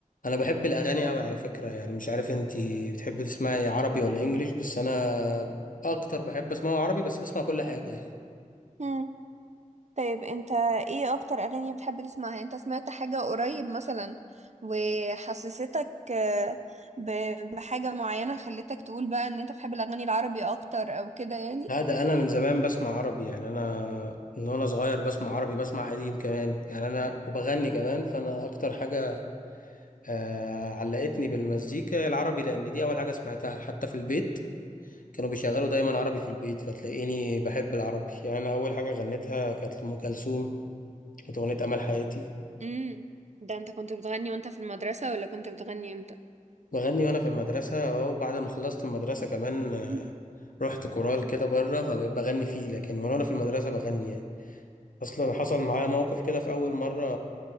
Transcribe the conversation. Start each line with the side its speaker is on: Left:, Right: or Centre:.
Left: انا بحب الاغاني قوي على فكره يعني مش عارف انتي بتحبي تسمعي عربي ولا انجليش بس انا اكتر بحب اسمعه عربي بس بسمع كل حاجه يعني
Right: مم. طيب انت ايه اكتر اغاني بتحب تسمعها يعني انت سمعت حاجة قريب مثلا وحسستك آه، ب- بحاجة معينة خلتك تقول بقى ان انت بتحب الاغاني العربي اكتر او كده يعني
Left: لا ده انا من زمان بسمع عربي يعني انا من وانا صغير بسمع عربي بسمع قديم كمان يعني انا وبغني كمان فانا اكتر حاجه آه علقتني بالمزيكا العربي لان دي اول حاجه سمعتها حتى في البيت كانوا بيشغلوا دايما عربي في البيت فتلاقيني بحب العربي يعني انا اول حاجه غنيتها كانت لأم كلثوم كانت اغنيه امل حياتي
Right: امم ده انت كنت بتغني وانت في المدرسة ولا كنت بتغني امتى
Left: بغني وانا في المدرسه اه وبعد ما خلصت المدرسه كمان آه،
Right: <clears throat>
Left: رحت كورال كده بره فبقيت بغني فيه لكن وانا وأنا في المدرسه بغني يعني اصلا حصل معايا موقف كده في اول مره